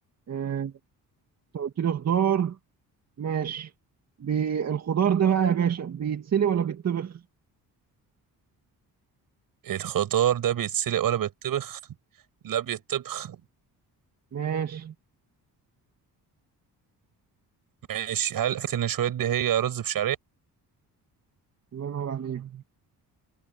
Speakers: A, on the right; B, on the right.
A: آه، انت قلت لي خضار ماشي بي- الخضار ده بقى يا باشا بيتسلي ولا بيتطبخ
B: الخضار ده بيتسلق ولا بيتطبخ لا بيتطبخ
A: ماشي
B: ماشي هل فكرة ان شوية دي هي رز بشعرية
A: الله ينور عليك